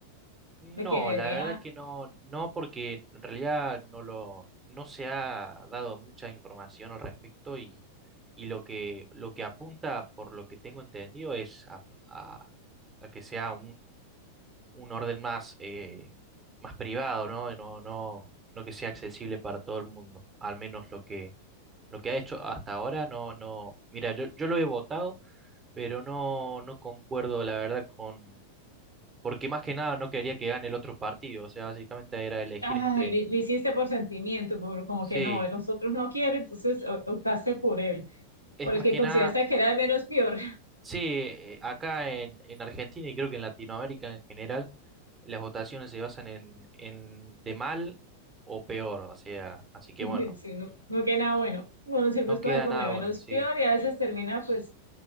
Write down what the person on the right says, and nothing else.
No,
la verdad que no, no, porque en realidad no lo, no se ha dado mucha información al respecto y, y lo que, lo que apunta, por lo que tengo entendido, es a, a- a que sea un orden más, eh, más privado, ¿no? No, no, no que sea accesible para todo el mundo. Al menos lo que, lo que ha hecho hasta ahora, no, no. Mira, yo, yo lo he votado, pero no, no concuerdo, la verdad, con. Porque más que nada no quería que gane el otro partido. O sea, básicamente era elegir
entre.
Sí,
es
más
que
nada.
Sí, eh, acá en, en Argentina y creo que en Latinoamérica en general, las votaciones se basan en, en de mal o peor. O sea, así que
bueno.
No
queda
nada
bueno, sí.